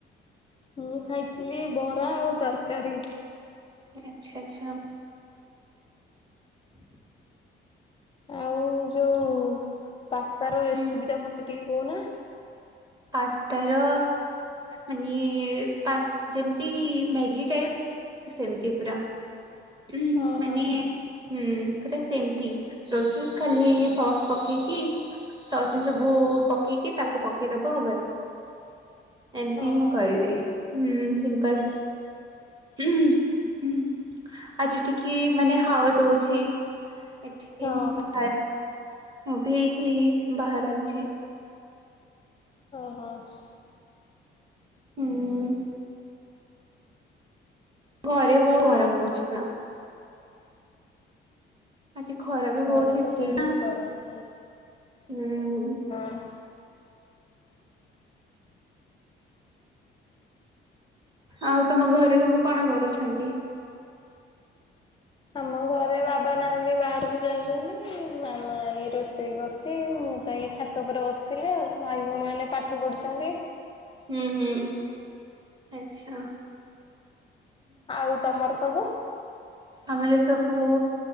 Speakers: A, on the left; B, on the right.
A: ମୁଁ ଖାଇଥିଲି ବରା ଆଉ ତରକାରୀ।
B: ଆଚ୍ଛା ଆଚ୍ଛା। <inaudible>
A: ଆଉ ଯୋଉ ପାସ୍ତାତା ର ରେସିପି
B: ହୁଁ
A: ଟା ମତେ ଟିକେ କହୁନା?
B: ପାସ୍ତାର। ମାନେ ପାସ୍ତ ଯେମିତି ମ୍ୟାଗି ଟାଇପ୍ ସେମିତି ପୁରା। ଉୁଁ
A: ଓହୋ
B: ମାନେ ହୁଁ ପୁରା ସେମିତି ପ୍ରୋସେସେ ଖାଲି ସସ୍ ପକେଇକି ସସ୍ ସବୁ ପକେଇକି ତାକୁ ପକେଇଦବ ବେସ୍। ଏମିତି
A: ଓହୋ
B: ମୁଁ କରିଦିଏଁ। ହୁଁ ସିମ୍ପାଲ ହୁଁ ହୁଁ। ଆଜି ଟିକେ ମାନେ ହାୱ ଦଉଛି ଏଠି କି
A: ହଁ
B: ବାହାରେ। ମୁଁ ବି ଏଇଠି ବାହାରେ ଅଛି।
A: ହଁଅଁ।
B: ହୁଁ। ଘରେ ବହୁ ଗରମ ହଉଛି ପ୍ଲା
A: ହଁ
B: ଆଜି ଖରା ବି
A: ଘରେ
B: ବହୁତ ହେଇଥିଲ୍
A: ତ ବହୁତ
B: ନା,
A: ଗରମ ହଉଛି।
B: ହୁଁ-ଉଁ-ଉଁ
A: ହଁ
B: ଆଉ ତମ ଘରେ ସବୁ କଣ କରୁଛନ୍ତି?
A: ଆମ ଘରେ ବାବା ନାହାନ୍ତି ବାହାରକୁ ଯାଉଛନ୍ତି, ମାମା ଏଇ ରୋଷେଇ କରୁଛି ମୁଁ ତ ଏଇ ଛାତ ଉପରେ ବସ୍ ଥିଲି ଆଉ, ଭାଇ ଭଉଣୀମାନେ ପାଠ ପଢ଼ୁଛନ୍ତି।
B: ହୁଁ ହୁଁ ଆଚ୍ଛା।
A: ଆଉ ତମର ସବୁ?
B: ଆମର ସବୁ